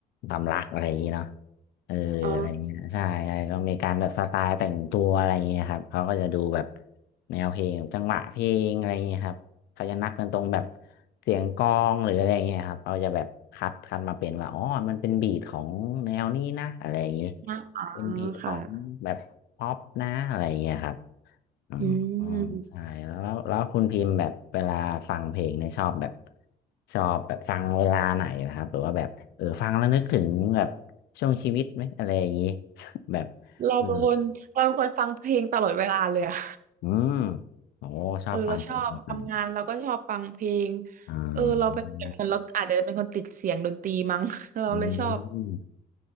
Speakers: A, on the left (about 80°); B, on the right (about 55°).
A: ความรักอะไรอย่างงี้เนาะเอออะไรเงี้ยใช่ใช่ก็มีการแบบสไตล์แต่งตัวอะไรเงี้ยครับเขาก็จะดูแบบ
B: อ๋อ
A: แนวเพลงจังหวะเพลงอะไรเงี้ยครับเขาจะนับกันตรงแบบเสียงกลองหรืออะไรเงี้ยครับเขาจะแบบคัดคัดมาเป็นว่าอ๋อมันเป็นบีทของแนวนี้นะอะไรอย่างงี้
B: นับอ๋อ
A: เป็นบีทของแบบป๊อปนะอะไรอย่างเงี้ยครับ
B: ค่ะ
A: อืมอืมใช่แล้วแล้วแล้วคุณพิมพ์แบบเวลาฟังเพลงเนี่ยชอบแบบ
B: อืม
A: ชอบแบบฟังเวลาไหนนะครับหรือว่าแบบเออฟังแล้วนึกถึงแบบช่วงชีวิตไหมอะไรอย่างงี้ <laughs> แบบ
B: เราเป็นคนเราเป็นคนฟังเพลงตลอดเวลาเลยอะ
A: เอออืมโอ้ชอบฟังเพลงฟัง
B: เออเราชอบทำงานเราก็ชอบฟังเพลง
A: อ่
B: เออเราเป็นแบบนั้นเราอาจจะเป็นคนติดเสียงดนตรีมั้ง
A: า
B: <laughs> เราเลยชอบ
A: อืม